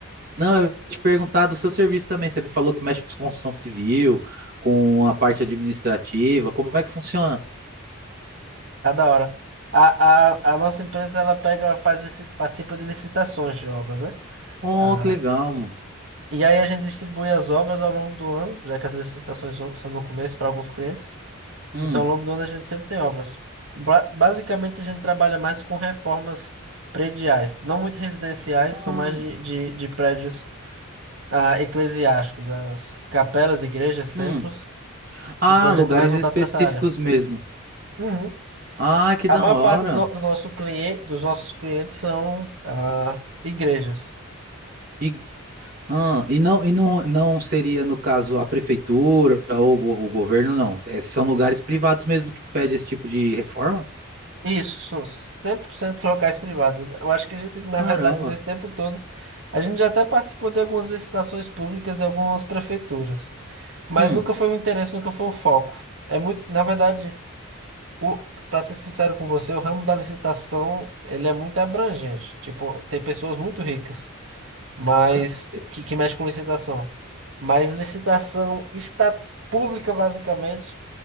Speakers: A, on the right; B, on the right.
A: não, eu ia te perguntar do seu serviço também. Você me falou que mexe com construção civil, com a parte administrativa. Como é que funciona?
B: Cada hora. A, a, a nossa empresa ela pega, faz, lici- participa de licitações de obras, né?
A: Oh,
B: Ah,
A: que legal, mano.
B: e aí a gente distribui as obras ao longo do ano, já que as licitações são são no começo para alguns clientes.
A: Hum,
B: Então, ao longo do ano a gente sempre tem obras. Ba- basicamente, a gente trabalha mais com reformas prediais, não muito residenciais,
A: hum.
B: são mais de, de, de prédios ah, eclesiásticos, as capelas, igrejas, templos.
A: hum. Ah,
B: Então, a
A: lugares
B: gente é mais voltado
A: específicos
B: para essa área.
A: mesmo.
B: Uhum.
A: Ah, que
B: A
A: da
B: maior
A: hora.
B: parte do, no- do nosso cliente, dos nossos clientes são ah, igrejas.
A: E, ah, e não, e não, não seria, no caso, a prefeitura ou o go- o governo, não. É, são lugares privados mesmo que pedem esse tipo de reforma?
B: Isso, são 100% locais privados. Eu acho que a gente, na
A: Caramba.
B: verdade, nesse tempo todo, a gente já até participou de algumas licitações públicas de algumas prefeituras. Mas
A: Hum,
B: nunca foi um interesse, nunca foi um foco. É muito, na verdade, o, para ser sincero com você, o ramo da licitação, ele é muito abrangente. Tipo, tem pessoas muito ricas, mas
A: ca- é,
B: que, que mexe com licitação. Mas licitação está pública, basicamente.